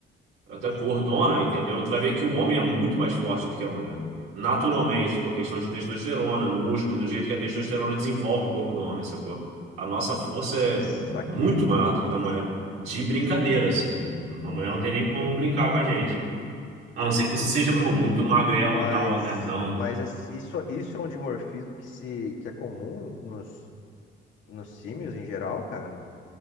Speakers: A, on the right (about 85°); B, on the left (about 75°).
A: até gordona, entendeu? Tu vai ver que o homem é muito mais forte do que a mulher. Naturalmente, por questão de testosterona, músculo, do jeito que a testosterona desenvolve o corpo do homem, sacou? A nossa força é
B: Saquei.
A: muito maior do que da mulher. De brincadeira, assim. A mulher não tem nem como brincar com a gente. A não ser que você seja, pô, muito magrelo
B: Mas,
A: e tal, nerdão.
B: mas assim, isso, isso é um dimorfismo que, se, que é comum nos, nos símios em geral, cara, no-